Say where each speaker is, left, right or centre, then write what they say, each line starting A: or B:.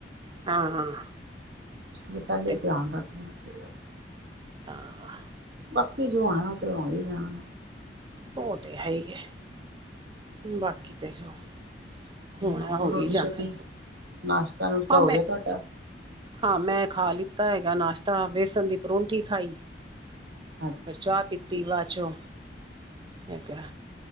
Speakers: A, on the right; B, on the right.
A: ਹਾਂ -ਹਾਂ।
B: ਇਸ ਲਈ ਪਹਿਲੇ
A: ਇਹ
B: ਹੀ ਧਿਆਨ ਰੱਖਣਾ ਚਾਹੀਦਾ।
A: ਆ ਹਾ।
B: ਬਾਕੀ ਜੋ ਹੋਣਾ, ਓ ਤੇ ਹੋਣਾ ਈ ਹੋਣਾ।
A: ਉਹ ਤੇ ਹੈ ਹੀ ਹੈ, ਬਾਕੀ ਤੇ ਜੋ। ਹੋਣਾ
B: ਹੋਰ
A: ਹੋ
B: ਰੋਟੀ-
A: ਹੀ ਜਾਣਾ
B: ਸ਼ੋਟੀ, ਨਾਸ਼ਤਾ- ਨੁਸ਼ਤਾ
A: ਹਾਂ
B: ਹੋ
A: ਮੈਂ
B: ਗਿਆ ਤੁਹਾਡਾ?
A: ਹਾਂ ਮੈਂ ਖਾ ਲਿੱਤਾ ਹੈਗਾ ਨਾਸ਼ਤਾ, ਵੇਸਣ ਦੀ ਪਰੋਂਂਠੀ ਖਾਈ।
B: ਅੱਛਾ
A: ਫੇਰ ਚਾਹ ਪੀਤੀ ਬਾਅਦ ਚੋਂ। ਮੈਂ ਕਿਹਾ,